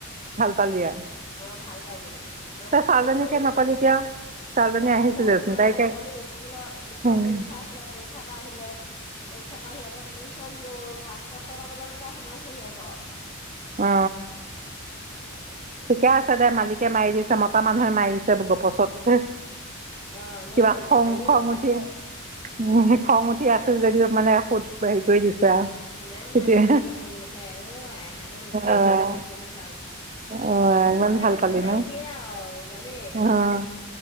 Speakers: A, on the right (about 35°); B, on the left (about 25°).
A: ভাল পালি আৰু।
B: অ, ভাল পাই গলো মানে
A: তই ছোৱালীজনীকে
B: মাৰিবই লাগিব
A: নকলি
B: মাথাটো।
A: কিয় ছোৱালীজনী
B: আহ
A: আহিছিলেচোন
B: ছোৱালী নাই
A: তাইকে
B: ছোৱালী স্কুলৰ স্কুলত
A: অ',
B: পৰীক্ষা আছিলে পৰীক্ষা পৰা আহিলে। পৰীক্ষা পাইহি আকৌ টিউশচন গ'ল পাঁচটা ছটা বজাতো তাই সোমাইছেহি আ ঘৰ।
A: অ অ
B: অ <unintelligible>
A: ঠিকে আছে দে মালিকে মাৰি দিছে মতা মানুহে মাৰিছে গপচত হে
B: অ নাই
A: কিবা
B: মালিকে
A: খং
B: মাৰিয়ে
A: খং
B: দিম মালিকে
A: উঠি হম খং উঠি আছিল যদিও মানে সুদ হেৰি কৰি দিছে আৰু
B: নাই
A: তেতিয়া
B: নাই আমাৰ মালিকৰ খং নুঠে অ আই আমাৰ নুঠে
A: অঁ
B: আমাৰ মালিক বহুত ভাল
A: অঁ
B: মোৰ
A: ইমান
B: মাথা
A: ভাল
B: বিষ
A: পালি
B: হলে মাৰি
A: ন
B: দিয়েই আৰু জানেই
A: অঁ